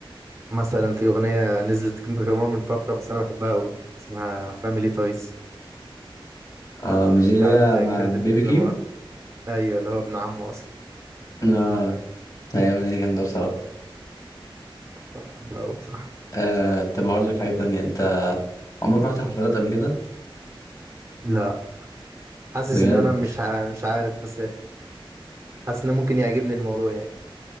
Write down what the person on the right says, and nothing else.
مثلا في اغنية نزلت كندريك لامار من فترة بس انا بحبها قوي اسمها فاميلي تايز
بتاعت
كندريك
لامار ايوه اللي هو ابن عمه اصلا
بحبها قوي بصراحة
لا حاسس
ان انا مش ع... مش عارف بس حاسس ان ممكن يعجبني الموضوع يعني